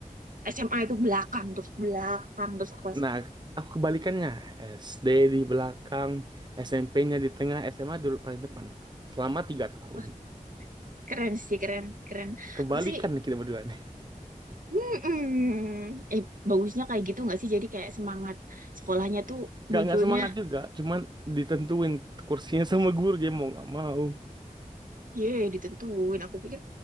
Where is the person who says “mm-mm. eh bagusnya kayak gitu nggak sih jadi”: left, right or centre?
Right